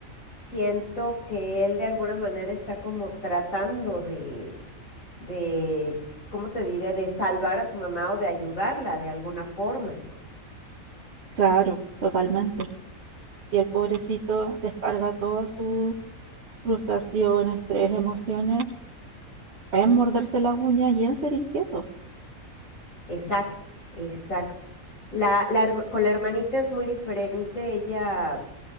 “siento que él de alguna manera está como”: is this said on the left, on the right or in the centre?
Left